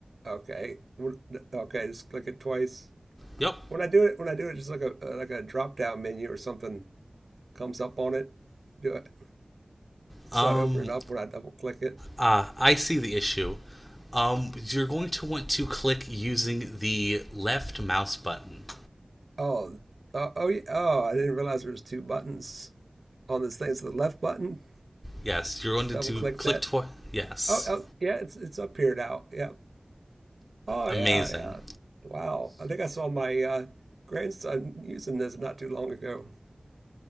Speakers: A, on the right; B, on the left.
A: Okay, What- okay, just click it twice.
B: Yep.
A: When I do it, when I do it, just like a uh, like a drop down menu or something comes up on it. Do it. It's
B: Um
A: not opening up when I double click it.
B: Uh, I see the issue. Um, you're going to want to click using the left mouse button.
A: Oh, oh, oh, yeah. Oh, I didn't realize there was two buttons on this thing. So the left button,
B: Yes, you're going to
A: double
B: do
A: click
B: click
A: that.
B: twice. Yes,
A: Oh, oh, yeah, it's it's up here now. Yeah. Oh
B: amazing.
A: yeah, yeah. Wow. I think I saw my uh, grandson using this not too long ago.